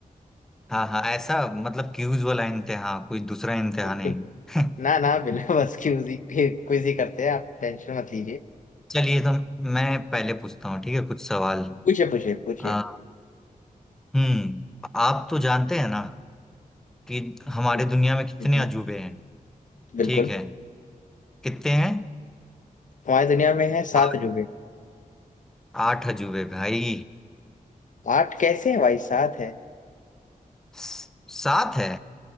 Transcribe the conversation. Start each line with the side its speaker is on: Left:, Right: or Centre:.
Centre: हाँ हाँ ऐसा मतलब क्यूज वाला इम्तिहान कोई दूसरा इम्तिहान
Left: बिल्कुल
Centre: नहीं <laughs>
Left: ना ना बिल्कुल बस क्यूज ही क्विज ही करते हैं आप टेंशन मत लीजिए
Centre: चलिए तो मैं पहले पूछता हूँ ठीक है कुछ सवाल
Left: पूछिए पूछिए पूछिए
Centre: आ, हम्म आप तो जानते हैं ना कि हमारे
Left: पूछिए।
Centre: दुनिया में कितने
Left: हम्म,
Centre: अजूबे हैं
Left: बिल्कुल
Centre: ठीक है कितने हैं
Left: हमारी दुनिया में है सात
Centre: आ,
Left: जुगे
Centre: आठ अजूबे भाई
Left: आठ कैसे है भाई सात है
Centre: स- सात है